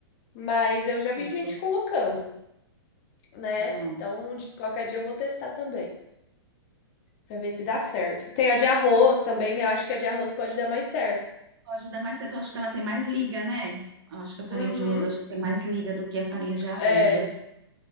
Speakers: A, on the left (about 30°); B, on the right (about 70°).
A: Mas eu
B: é
A: já vi
B: isso.
A: gente colocando, né?
B: Não,
A: Então, de- qualquer dia eu vou testar também, pra ver se dá certo. Tem a de arroz também, né? Eu acho que a de arroz pode dar mais certo.
B: pode dar mais certo, eu acho que ela tem mais liga, né? Eu acho que a farinha
A: Uhum.
B: de arroz, eu acho que tem mais liga do que a farinha de aveia.
A: É,